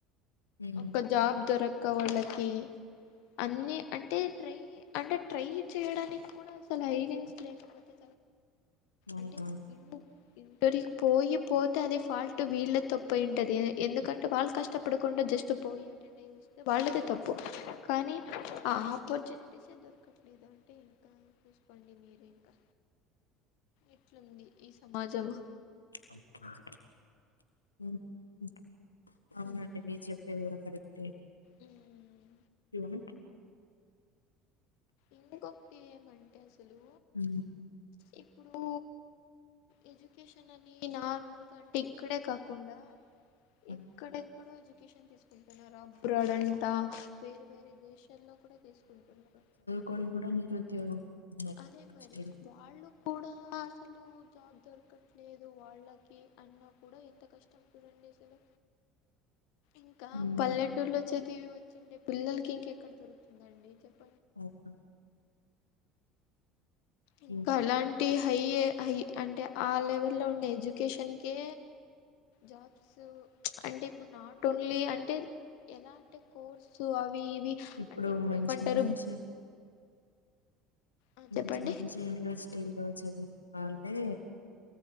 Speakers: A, on the left; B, on the left.
A: హ్మ్
B: ఒక జాబ్ దొరక్ అక్క వాళ్ళకి అన్నిీ అంటే ట్రై అంటే ట్రై చేయడానికి కూడా అసలు హై వింగ్స్ లేకపోతే
A: అవునవును.
B: అంటే ఇన్న ఇంటరికి పోయిపోతే అదే ఫాల్ట్ వీళ్ళే తప్పు అయింటుది ఎందుకంటే వాళ్ళు కష్టపడకుండా జస్ట్ పోయి అటెండ్ అయ్యి చస్తే వాళ్ళదే తప్పు కానీ ఆ అపార్చు అప్పోర్టునిటీస్ ఎ దొరకట్లేదు అంటే ఇంకా చూసుకోండి మీరు ఇంకా ఎట్లుంది ఈ సమాజము
A: <unintelligible> అవునండి
B: ఉమ్,
A: మీరు జేప్పేది గూడా కరెక్ట్ ఎ
B: ఉమ్.
A: యూ వాంట్
B: ఇంగోకటి ఏమంటే అసలు
A: ఊ
B: ఇప్పుడూ ఏజ్యుకేషన్ నార్మల్ ఇక్కడే కాకుండా
A: అవును.
B: ఎక్కడెక్కడో తీసుకుంటున్నారు అబ్రాడ్ అంటా వేరే వేరే దేశ లో కూడా తీసుకుంటున్నారు
A: కొని గూడా నిరుద్యోగం ఉందండి,
B: అదే
A: కష్టాలు.
B: మరి వాళ్ళు కూడా అసలు జాబ్ దొరకట్లేదు వాళ్ళకి అయిన కూడా ఎంత కష్టం చూడండి అసలు ఇంకా
A: హ్మ్.
B: పల్లెటూర్లో చ దివి వచ్చిండే పిల్లకి ఇంకెక్కడ దొరుకుతుందండి చెప్
A: <unintelligible>
B: ఇంకా
A: హ్మ్.
B: అలాంటి హై హై అంటే ఆ లెవెల్లో ఉన్న ఎడ్యుకేషన్ కే జాబ్స్ అంటే ఇప్పుడు నాట్ ఓన్లీ అంటే ఎలా అంటే కోర్సు అవి ఇవి
A: ఇప్పుడు
B: అంటే
A: మంచి
B: ఏమంటారు
A: మంచి
B: ఆ
A: మంచి
B: చెప్పండి
A: మంచి యూనివర్సి టిలో చదివిన వాళ్ళే